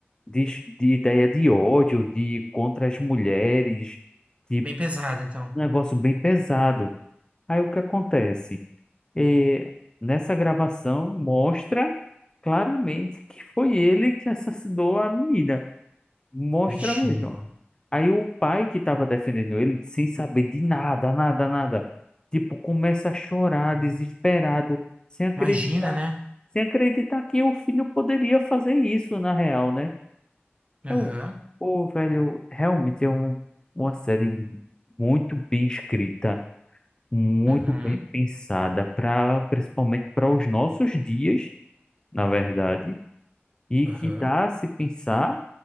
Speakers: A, on the left; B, on the right.
A: de, de ideia de ódio, de contra as mulheres, de
B: Bem pesado, então.
A: um negócio bem pesado. Aí o que acontece? é nessa gravação mostra claramente que foi ele que assassinou a menina. Mostra
B: Vixe,
A: mesmo.
B: amigo.
A: Aí o pai que estava defendendo ele, sem saber de nada, nada, nada, tipo, começa a chorar, desesperado, sem acreditar,
B: Imagina, né?
A: sem acreditar que o filho poderia fazer isso na real, né?
B: Aham,
A: Eu, o velho, realmente é um, uma série muito bem escrita, muito
B: uhum,
A: bem pensada, pra, principalmente para os nossos dias, na verdade, e
B: aham.
A: que dá a se pensar.